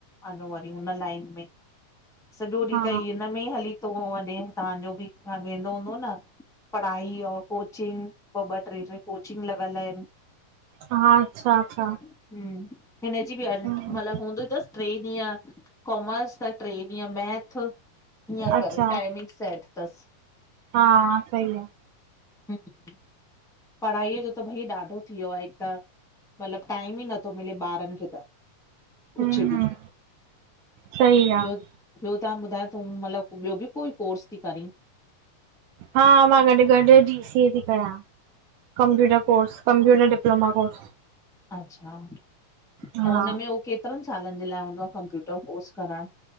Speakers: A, in the centre; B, on the right.
A: अंन वरी हुन लाइन में। सॾो ॾींहुं
B: हा
A: त हिन में ई हली थो वने, तांजो बि वेंदो हूंदो न? पढ़ाई और कोचिंग ॿ-ॿ, ट्रे-ट्रे कोचिंग लॻल आहिन।
B: हा अच्छा अच्छा।
A: हम्म, हिनजी बि हलनि
B: हम्म
A: मतिलबु हूंदयूं अथसि ट्रे ॾींह कोमर्स त ट्रे ॾींह मैथ ईअं
B: अच्छा
A: करे टाइमिंगसि सेट अथसि।
B: हा, सही आहे।
A: हम्म पढ़ाईअ जो त भई ॾाढो थी वियो आहे, हिकु त मतिलबु टाईम ई नथो मिले ॿारुनि खे त। कुछु
B: हम्म
A: बि,
B: हम्म सही आहे
A: ॿियो? ॿियो तव्हां ॿुधायो, तूं मतिलबु ॿियो बि कोई कोर्स थी करीं?
B: हा, मां गॾु-गॾु जी सी-ए थी कयां। Computer course, computer diploma course.
A: अच्छा, त
B: हा
A: हुनमें उहो केतिरनि सालनि जे लाइ हूंदो आहे, कंप्यूटर कोर्स करणु?